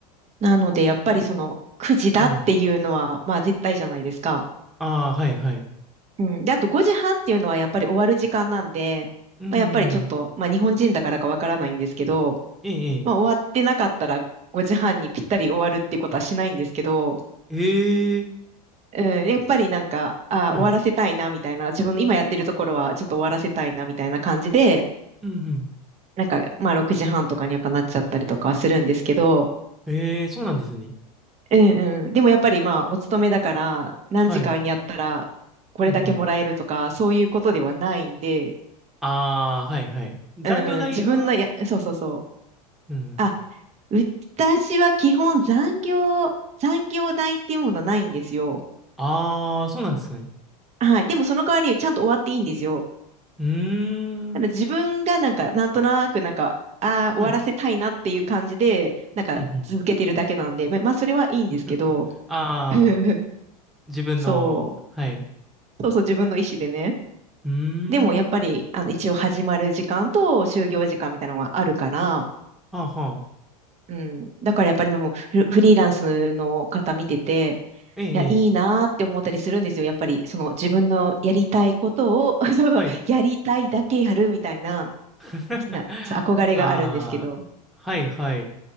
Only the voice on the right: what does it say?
なので、やっぱりその9時だっていうのは、
まあ絶対じゃないですか。
うん。で、あと5時半っていうのはやっぱり終わる時間なんで、
まあ、やっぱりちょっと、まあ日本人だからかわからないんですけど、
まあ終わってなかったら5時半にぴったり終わるっていうことはしないんですけど、
うん、やっぱりなんか、あ、
終わらせたいなみたいな、自分の今やってるところはちょっと終わらせたいなみたいな感じで、
なんか、まあ、6時半とかにやっぱなっちゃったりとかはするんですけど、
うんうん。でもやっぱりまあ、お勤めだから、何時間やったら、
これだけもらえるとか、
そういうことではないんで、
うんうん。自分のや、そうそうそ
う。あ、私は基本残業、残業代っていうものはないんですよ。
はい。でもその代わり、ちゃんと終わっていいんですよ。
ただ自分がなんか、なんとなくなんか、ああ、
終わらせたいなっていう感じで、なんか続けてるだけなんで、
ままあ、それはいいんですけど、
<laughs>
そ
う。そうそう、自分の意思でね。
でもやっぱり、あの、一応始まる時間と就業時間みたいなのがあるから、
うん。だからやっぱりでもフル、フリーランスの方見てて、
いや、いいなーって思ったりするんですよ。
やっぱり、その自分のやりたいことを、<laughs> そうそう、
やりたいだけやるみたいな、
な憧れがあるんですけど。